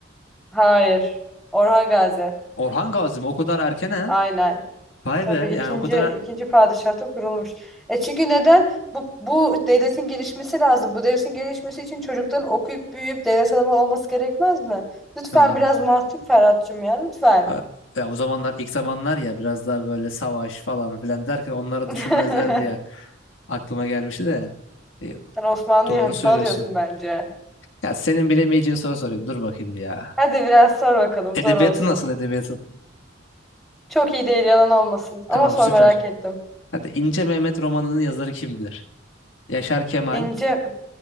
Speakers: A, in the centre; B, on the left.
A: Hayır. Orhan Gazi.
B: Orhan Gazi mi? O kadar erken ha?
A: Aynen.
B: Vay
A: Tabii
B: be. Yani
A: ikinci
B: o kadar
A: ikinci padişahta kurulmuş. E çünkü neden? Bu bu devletin gelişmesi lazım. Bu devletin gelişmesi için çocukların okuyup büyüyüp devlet adamı olması gerekmez mi? Lütfen
B: ya,
A: biraz mantık Ferhat'cığım ya lütfen.
B: ya ya o zamanlar ilk zamanlar ya biraz daha böyle savaş falan filan derken onları
A: <laughs>
B: düşünmezler diye aklıma gelmişti de. E,
A: Sen Osmanlı'yı
B: doğru
A: hafife
B: söylüyorsun.
A: alıyorsun bence.
B: Ya senin bilemeyeceğin soru sorayım. Dur bakayım bir ya.
A: Hadi biraz sor bakalım
B: Edebiyatı
A: zor olsun.
B: nasıl edebiyatın?
A: Çok iyi değil yalan olmasın.
B: Tamam
A: Ama sor
B: süper.
A: merak ettim.
B: Hadi İnce Mehmet romanının yazarı kimdir? Yaşar Kemal,
A: İnce